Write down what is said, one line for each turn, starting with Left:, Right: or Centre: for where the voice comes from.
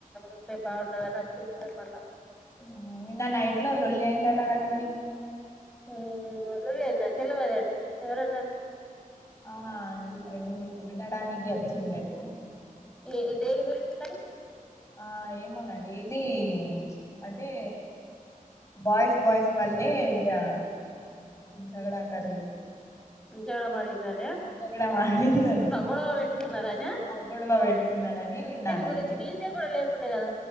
Centre: ఉంటే బాగుండదన్ ఒచ్చేసినా మళ్ళా
Left: ఉహు నిన్న నైట్ లో లొల్లి అయిందట గదా మరి
Centre: ఊ ఏ లోళ్ళైందా తెలవదండి ఎవరన్నారు
Left: ఆహా ఇగుంది వినడానికి అచ్చిందయితే
Centre: ఏ దేని గురించి న్నరు
Left: ఆ ఏమోనండి ఇదీ ఐతే బాయిస్ బాయిస్ వాల్లే జ ఝగడా పర్లేదు
Centre: జడమాడిండ్రనా
Left: జగడా మాడిందని
Centre: ఎప్పుడో వెట్టుకున్నరని
Left: ఆ హ గొడవ పెట్టుకున్నడని విన్నానండి
Centre: గురించి డీజే కూడా లేకుండే కదా